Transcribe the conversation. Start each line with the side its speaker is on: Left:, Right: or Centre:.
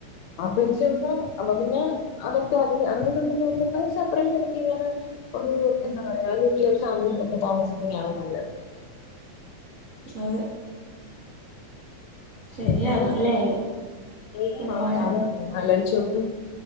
Left: അപ്പ <unintelligible> അപ്പ പിന്നെ അതൊക്കെ അതിൻ്റെ അതെങ്ങനെ ഉണ്ടെന്ന് നോക്ക് സെപ്പറേറ്റായിട്ട് <unintelligible> ഒര് എന്താ പറയാ <unintelligible> ഒര് താമസിക്കുന്നയാണ് നല്ലത്
Right: അതെ ശരിയാണ്
Left: പിന്നെ
Right: അല്ലേ
Left: <unintelligible>
Right: ഒരുപാട്
Left: ഒന്നാലോചിച്ചുനോക്ക്